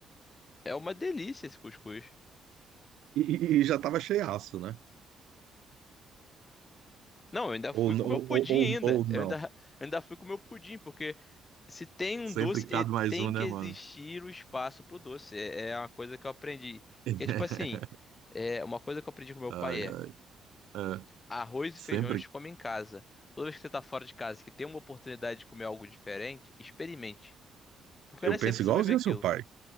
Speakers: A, on the left; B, on the right.
A: É uma delícia esse cuscuz.
B: E, e- e já tava cheiaço, né?
A: Não, eu ainda fui
B: Ou,
A: com
B: n- ou,
A: o meu pudim
B: ou, ou,
A: ainda.
B: ou não.
A: Eu ainda, eu ainda fui com o meu pudim, porque se tem um
B: Sempre
A: doce,
B: cabe
A: e-
B: mais
A: tem
B: um, né,
A: que existir
B: mano?
A: o espaço pro doce. É, é uma coisa que eu aprendi.
B: <laughs>
A: Que é tipo assim, é uma coisa que eu aprendi com meu
B: Ai,
A: pai é
B: ai, é.
A: arroz
B: Sempre.
A: e feijão a gente come em casa. Toda vez que você tá fora de casa, que tem uma oportunidade de comer algo diferente, experimente. Porque
B: Eu
A: não é sempre
B: penso
A: que
B: igualzinho
A: você vai ver aquilo.
B: ao seu pai.